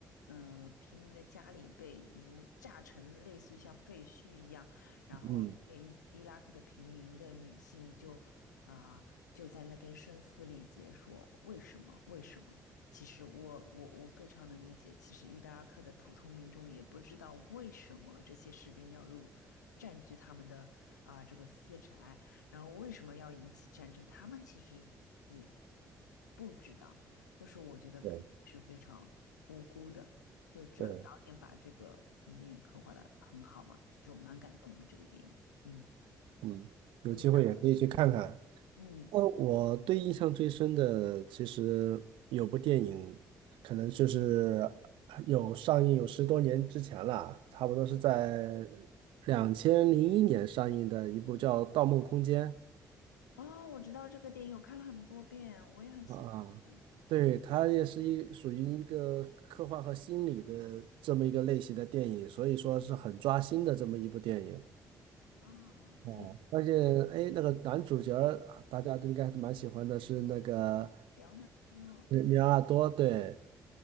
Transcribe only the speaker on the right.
嗯。
对。
对，
嗯。有机会也可以去看看。
呃，我对印象最深的，其实有部电影，可能就是有上映有十多年之前了，差不多是在两千零一年上映的一部叫《盗梦空间》
啊，对，
它也是一属于一个科幻和心理的这么一个类型的电影，所以说是很抓心的这么一部电影。
哦，
而且哎，那个男主角儿大家都应该还蛮喜欢的，是那个
里里奥纳多，对，